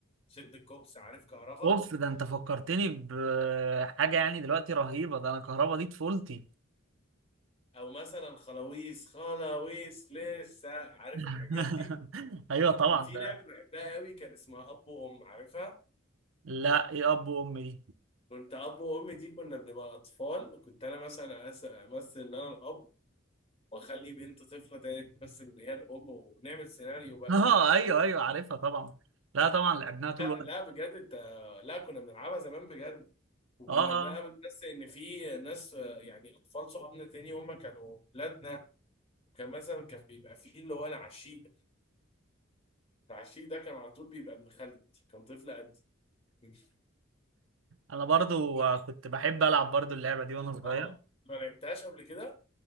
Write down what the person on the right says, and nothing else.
اوف ده انت فكرتني بحاجة يعني دلوقتي رهيبة ده انا كهربا دي طفولتي
<laughs>
ايوه طبعا
ده
لا ايه اب وام دي
<laughs> اه ايوه ايوه عارفها طبعا لا طبعا لعبناها طول
الوقت
اه اه
انا برضو آه، كنت بحب العب برضو اللعبه دي وانا صغير